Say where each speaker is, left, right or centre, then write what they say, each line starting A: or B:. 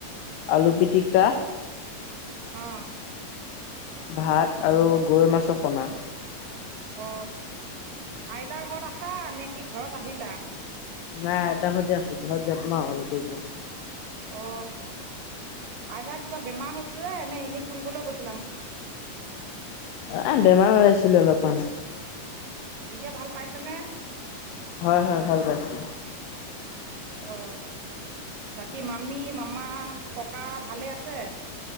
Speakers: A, on the left (about 85°); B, on the right (about 75°).
A: আলু পিটিকা।
B: আহ
A: ভাত আৰু গৰৈ মাছৰ খনা।
B: অ আইতাৰ ঘৰত আছা নে কি ঘৰত আহিলা?
A: নাই এটা ঘৰতে আছো, ঘৰত যমা <unintelligible>
B: অ আইতা কিবা বেমাৰ হৈছিলে এ এনে ফুৰিবলৈ গৈছি
A: এ বেমাৰ হৈ আছিলো অলপমান।
B: এতিয়া ভাল পাইছে নে?
A: হয় হয় ভাল পাইছে।
B: অ। বাকী মামী মামা ককা ভালে আছে?